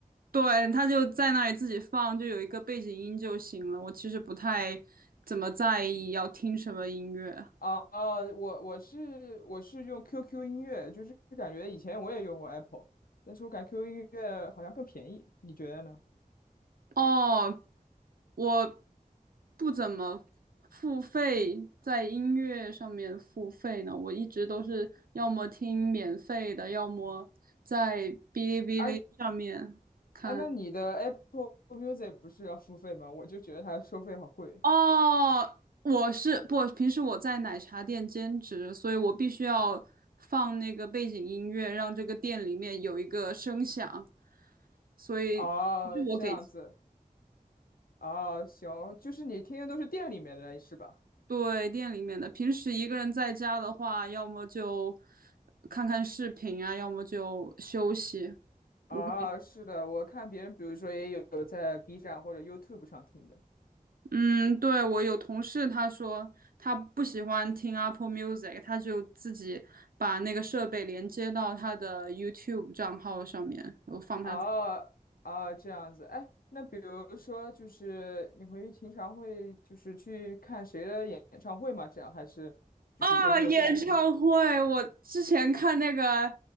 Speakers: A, on the right (about 75°); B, on the left (about 75°).
A: 对，它就在那里自己放，就有一个背景音就行了。我其实不太怎么在意要听什么音乐。
B: 哦哦，我我是我是用 QQ 音乐，就是感觉以前我也用过 Apple，但是我感觉 QQ 音乐好像更便宜，你觉得呢？
A: 哦，我不怎么付费，在音乐上面付费呢，我一直都是要么听免费的，要么在哔哩哔哩上面看。
B: 哎哎，那你的 Apple Music 不是要付费吗？我就觉得它收费好贵。
A: 哦，我是不，平时我在奶茶店兼职，所以我必须要放那个背景音乐，让这个店里面有一个声响，所以不是我给。
B: 哦，这样子，哦，行，就是你听的都是店里面的是吧？
A: 对，店里面的，平时一个人在家的话，要么就看看视频啊，要么就休息，
B: 啊，
A: 不会。
B: 是的，我看别人，比如说也有有在 B 站或者 YouTube 上听的。
A: 嗯，对，我有同事，他说他不喜欢听 Apple Music，他就自己把那个设备连接到他的 YouTube 账号上面，然后放他。
B: 哦哦，这样子。哎，那比如说，就是你会平常会就是去看谁的演唱会吗？这样还是就是对这个不感兴趣？
A: 啊，演唱会，我之前看那个